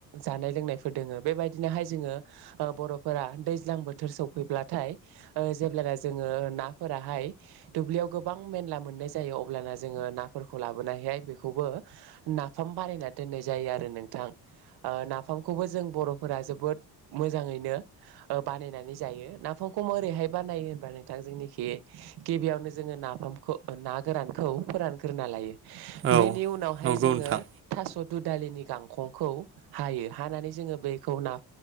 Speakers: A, on the right (about 75°); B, on the right (about 35°).
A: जानाय लोंनाय फोर दोङो बेबायदिनोहाय जोङो बर'फोरा दैज्लां बोथोर सफैब्लाथाय जेब्लाना जोङो नाफोराहाय दुब्लियाव गोबां मेनला मोननाय जायो अब्लाना जोङो नाफोरखौ लाबोनानैहाय बेखौबो नाफाम बानायना दोननाय जायो आरो नोंथां ओ नाफाम खौबो जों बर'फोरा जोबोद मोजाङैनो बानायनानै जायो नाफामखौ मोरैहाय बानायो होनबा नोंथां जोंनिखि गिबियावनो जोङो नाफामखौ ना गोरानखौ फोरानग्रोना लायो
B: औ
A: बेनि उनावहाय
B: नंगौ
A: जोङो
B: नोंथां
A: थास' दु दालिनि गांखंखौ हायो हानानै जोङो बेखौ ना